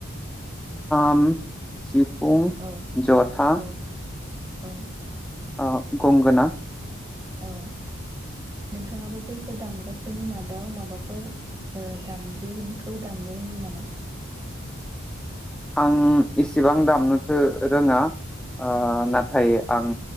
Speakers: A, in the centre; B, on the right.
A: खाम सिफुं
B: औ
A: जथा।
B: औ औ।
A: ओ गंमगोना।
B: औ नोंथाङाबो बैफोर दामग्राफोरनि मादाव माबाफोर ओ दामजुनिखौ दामनो रोंगौ नामा?
A: आं इसेबां दाम मोथो रङा। ओ नाथाय आं।